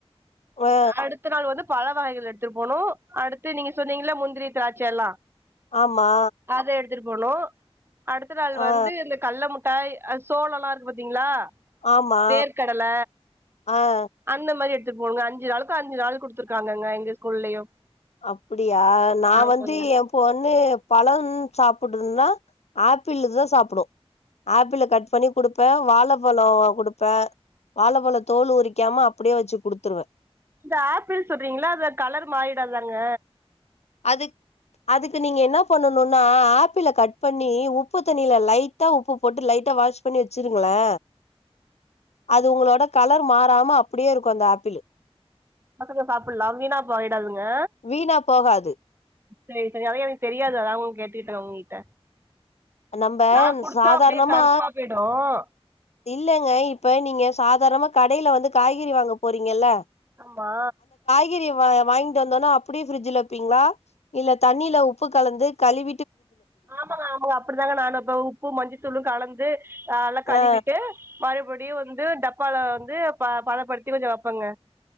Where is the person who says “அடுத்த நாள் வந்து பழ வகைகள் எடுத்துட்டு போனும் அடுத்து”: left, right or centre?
Right